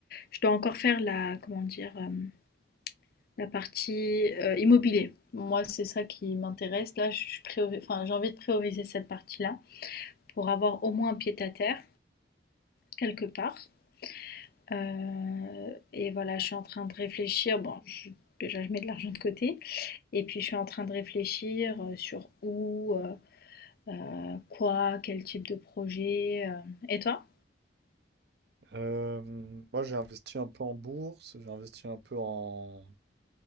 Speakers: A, on the left (about 55°); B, on the right (about 60°).
A: je dois encore faire la comment dire? Hem, la partie, heu, immobilier. Moi, c'est ça qui m'intéresse. Là, je je priori enfin, j'ai envie de prioriser cette partie-là pour avoir au moins un pied-à-terre quelque part. Heu, et voilà, je suis en train de réfléchir. Bon, je déjà je mets de l'argent de côté et puis je suis en train de réfléchir, heu, sur où, euh, Heu, quoi? Quel type de projet? Heu et toi?
B: Euh, moi, j'ai investi un peu en bourse, j'ai investi un peu en,